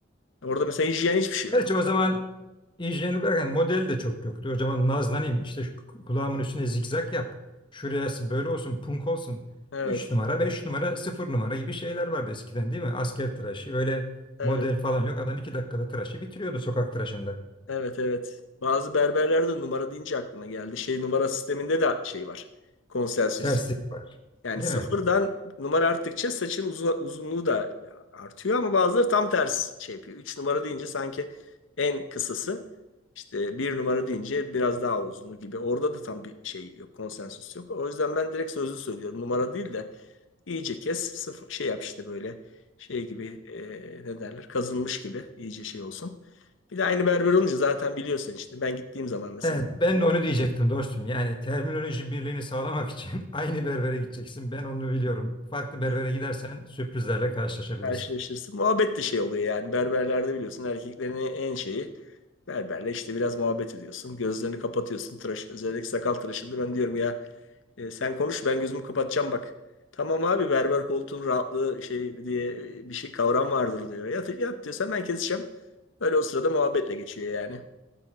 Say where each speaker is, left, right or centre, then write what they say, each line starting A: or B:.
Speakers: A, on the left; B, on the left.
A: Orada mesela hijyen hiçbir şey yok.
B: Gerçi o zaman injinerini bırakan model de çok yoktu. O zaman nazlanayım işte şu kulağımın üstüne zigzag yap. Şuraya böyle olsun punk olsun.
A: Evet.
B: üç numara beş numara sıfır numara gibi şeyler vardı eskiden değil mi? Asker tıraşı öyle
A: Evet.
B: model falan yok. Adam 2 dakikada tıraşı bitiriyordu sokak tıraşında.
A: Evet evet. Bazı berberlerde numara deyince aklıma geldi. Şey numara sisteminde de şey var. Konsensüs.
B: Terslik var
A: Yani
B: değil
A: sıfırdan
B: mi?
A: numara arttıkça saçın uzu- uzunluğu da artıyor ama bazıları tam ters şey yapıyor. Üç numara deyince sanki en kısası. işte bir numara deyince biraz daha uzunu gibi. Orada da tam bir şey yok. Konsensüs yok. O yüzden ben direkt sözlü söylüyorum. Numara değil de İyice kes, sıfır, şey yap işte böyle şey gibi e, ne derler kazınmış gibi iyice şey olsun. Bir de aynı berber olunca zaten biliyorsun işte ben gittiğim zaman mesela
B: Evet, ben de onu diyecektim dostum. Yani terminoloji birliğini sağlamak için <laughs> aynı berbere gideceksin. Ben onu biliyorum. Farklı berbere
A: evet,
B: gidersen sürprizlerle karşılaşabilirsin.
A: karşılaşırsın. Muhabbet de şey oluyor yani berberlerde biliyorsun erkeklerin en şeyi berberle işte biraz muhabbet ediyorsun. Gözlerini kapatıyorsun tıraş özellikle sakal tıraşında ben diyorum ya e, sen konuş ben gözümü kapatacağım bak. Tamam abi berber koltuğun rahatlığı şey diye bir şey kavram vardır diyor. Yat, yat diyorsan ben keseceğim. Öyle o sırada muhabbetle geçiyor yani.